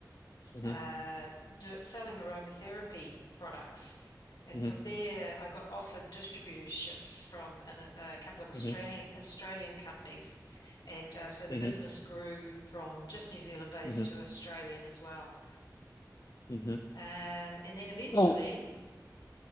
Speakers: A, on the left (about 55°); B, on the left (about 80°).
A: hmm
B: uh, do, selling aromatherapy products. And
A: hmm
B: from there, I got offered distributorships from an, a couple of Australian
A: hmm
B: Australian companies, and uh, so the
A: hmm
B: business grew from just New Zealand based
A: hmm
B: to Australian as well.
A: hmm
B: Um, and then eventually,
A: Oh,